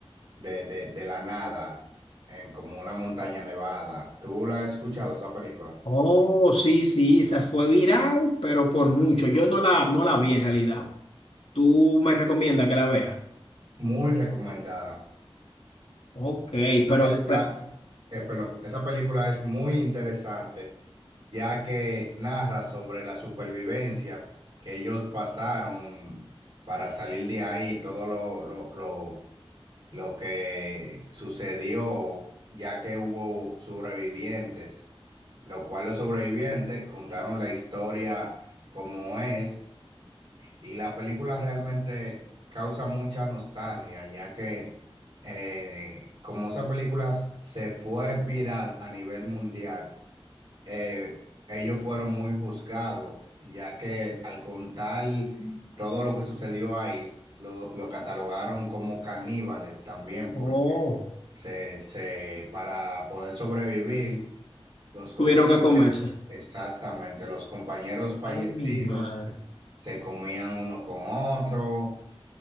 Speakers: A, on the right; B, on the left.
A: de, de, de la nada, en como una montaña nevada. ¿Tú la has escuchado esa película?
B: Oh, sí, sí, esa fue viral, pero por mucho. Yo no la, no la vi en realidad. Tú me recomiendas que la vea.
A: Muy recomendada.
B: Ok,
A: La
B: pero,
A: película,
B: de- pero-
A: eh, perdón, esa película es muy interesante, ya que narra sobre la supervivencia que ellos pasaron para salir de ahí, todo lo, lo, lo lo que sucedió ya que hubo sobrevivientes, lo cual los sobrevivientes contaron la historia como es y la película realmente causa mucha nostalgia ya que eh, como esa película se fue viral a nivel mundial, eh, ellos fueron muy juzgados, ya que al contar todo lo que sucedió ahí, lo, lo catalogaron como caníbales también,
B: oh,
A: porque se, se, para poder sobrevivir, los, com-
B: tuvieron que comerse.
A: exactamente, los compañeros fallecidos
B: Ay, mi madre,
A: se comían uno con otro.